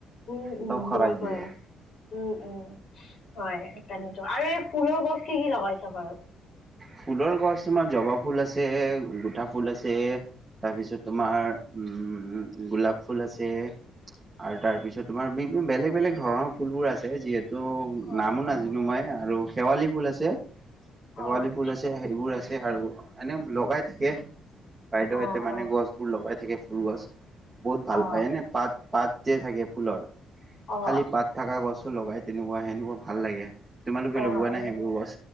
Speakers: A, on the left; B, on the right.
A: উম
B: চব
A: উম
B: খৰাই
A: বেয়া
B: দিয়ে
A: কৰে উম উম হয় স তানো আৰু এই ফুলৰ গছ কি কি লগাইছ ঘৰত
B: ফুলৰ গছ তোমাৰ জবা ফুল আছে গোটা ফুল আছে তাৰপিছত তোমাৰ উম গোলাপ ফুল আছে আৰু তাৰ পিছত তোমাৰ বি বেলেগ বেলেগ ধৰণৰ ফুলবোৰ আছে যিহেতু ত'
A: অ
B: নামো
A: অ
B: নাজানো মই আৰু শেৱালি ফুল আছে শেৱালি
A: হয়
B: ফুল আছে সেইবোৰ আছে আৰু এনে লগাই থাকে বাইদেউহঁতে
A: অ অ
B: মানে গছবোৰ লগাই থাকে ফুল গছ বহুত ভাল
A: অ
B: পায় এনে পাত পাত থাকে ফুলৰ
A: অ অ
B: খালি পাত থকা গছো লগাই তেনেকুৱা সেনেকুৱা ভাল লাগে তোমালোকে
A: অ
B: লগোৱা
A: অ
B: নাই সেইবোৰ গছ